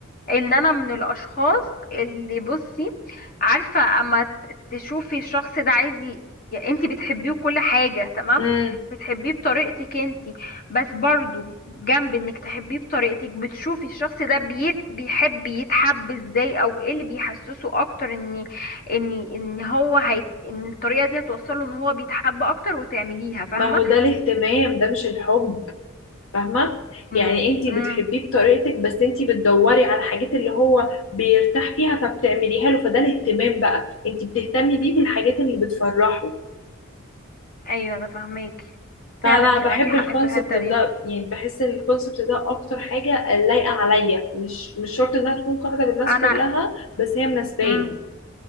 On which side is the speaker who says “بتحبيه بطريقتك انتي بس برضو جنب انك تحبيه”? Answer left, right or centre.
Left